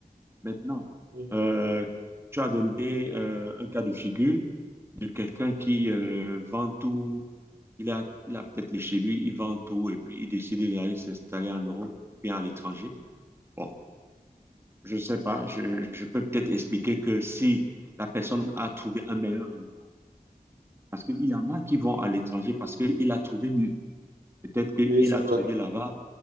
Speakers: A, on the right; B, on the right.
A: Maintenant,
B: Mhm.
A: euh, tu as donné euh, un cas de figure de quelqu'un qui euh, vend tout, il a, il a peut-être chez lui, il vend tout et puis il décide d'aller s'installer en Europe ou bien à l'étranger. Bon, je ne sais pas. Je, je peux peut-être expliquer que si la personne a trouvé un meilleur emploi, parce qu'il y en a qui vont à l'étranger parce qu'il a trouvé mieux. Peut-être qu'il
B: Oui, c'est
A: a
B: vrai.
A: trouvé là-bas,